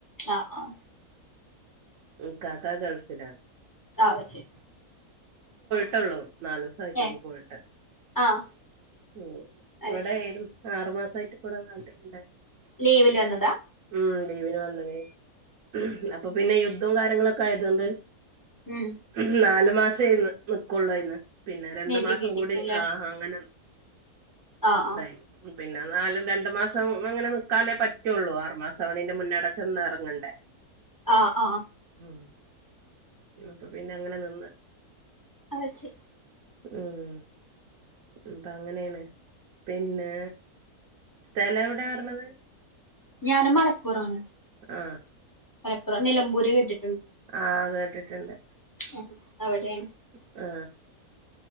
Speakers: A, on the left; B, on the right.
A: ആ ആ
B: ഇകാക്ക ഗൾഫിലാണ്
A: ആവ ശരി
B: ട്ടൊള്ളൂ നാലു സായിട്ടൊള്ളൂ
A: ഏഹ്
B: പോയിട്ട്
A: ആഹ്
B: ഉം
A: അത്
B: ഇവിടെ
A: ശരി
B: ലും ആറു മാസായിട്ട് ഇപ്പടെ നാട്ടില് ണ്ട്
A: ലീവിൽ വന്നതാ
B: ഉം ലീവിന് വന്നെതെര്ന്നു അപ്പൊ പിന്നെ യുദ്തും കാര്യങ്ങളൊക്കെ ആയതോണ്ട്
A: ഉം
B: മ് ന്നാലും മാസേന്ന് നിക്കൊള്ളയിന് പിന്നെ രണ്ടു
A: നീട്ടി
B: മാസം
A: കിട്ടിക്കൂല്ലേ
B: കൂടി ആ അങ്ങന
A: ആഹ്
B: ഇതായി
A: ആഹ്
B: പിന്നെ എന്നാലും രണ്ടു മാസം അങ്ങനെ നിക്കാനേ പറ്റുള്ളൂ ആറുമാസം ആവ്ണീന്റെ മുന്നടച്ചെ ന്ന് എറങ്ങണ്ടേ പി
A: ആ ആ
B: ഉം <unintelligible> പിന്നെ അങ്ങനെ നിന്ന്
A: അഹ് ശ്
B: ഉം മ് പ്പ അങ്ങനെയാണ് പിന്നെ സ്ഥലം എവിടെയാറഞ്ഞത്
A: ഞാന് മലപ്പുറം ആണ്
B: ആ
A: മലപ്പുറം നിലമ്പൂര് കേട്ട്
B: ആ അതെ ട്ടിണ്ട്
A: ഹെൻ അവിടെണ്
B: ആ